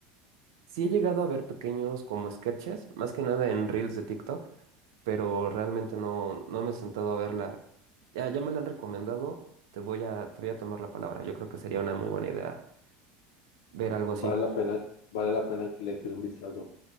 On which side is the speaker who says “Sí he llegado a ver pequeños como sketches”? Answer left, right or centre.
Right